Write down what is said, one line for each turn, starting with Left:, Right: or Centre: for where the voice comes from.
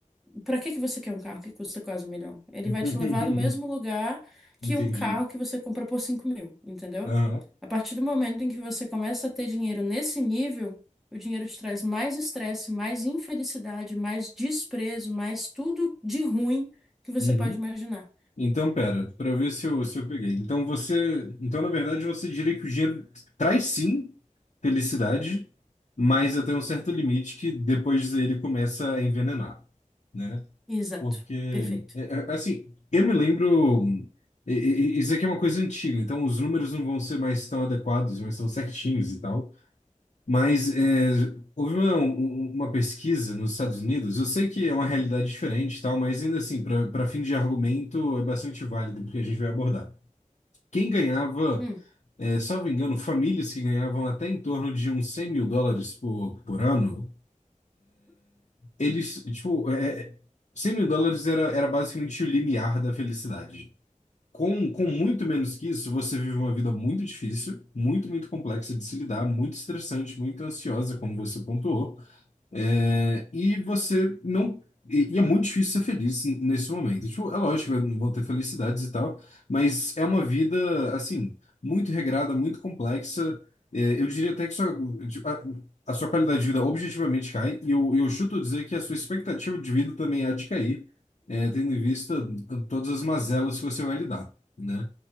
Centre: Para que que você quer um carro que custa quase um milhão? Ele
Left: <laughs>
Centre: vai te levar no mesmo lugar que
Left: Entendi.
Centre: um carro que você compra por 5 mil, entendeu?
Left: Aham.
Centre: A partir do momento em que você começa a ter dinheiro nesse nível, o dinheiro te traz mais estresse, mais infelicidade, mais desprezo, mais tudo de ruim que você
Left: Uhum.
Centre: pode imaginar.
Left: Então, pera, para ver se eu, se eu peguei. Então você, então na verdade você diria que o dinheiro traz sim felicidade, mas até um certo limite que depois ele começa a envenenar, né?
Centre: Exato.
Left: Porque,
Centre: Perfeito.
Left: é- é- é assim, eu me lembro. e- e- Isso aqui é uma coisa antiga, então os números não vão ser mais tão adequados, mas tão certinhos e tal. Mas é, houve uma, um- um, uma pesquisa nos Estados Unidos. Eu sei que é uma realidade diferente e tal, mas ainda assim, para fim de argumento, é bastante válido porque a gente vai abordar. Quem ganhava,
Centre: Hum,
Left: é, salvo engano, famílias que ganhavam até em torno de uns 100 mil dólares por, por ano. Eles, tipo, é, 100 mil dólares era, era basicamente o limiar da felicidade. Com, com muito menos que isso, você vive uma vida muito difícil, muito, muito complexa de se lidar, muito estressante, muito ansiosa, como você pontuou. É, e você não. E, e é muito difícil ser feliz n- nesse momento. Tipo, é lógico, vai- vão ter felicidades e tal, mas é uma vida, assim, muito regrada, muito complexa. É, eu diria até que sua, tipo, a, a sua qualidade de vida objetivamente cai, e eu, eu chuto dizer que a sua expectativa de vida também há de cair, é, tendo em vista todas as mazelas que você vai lidar, né?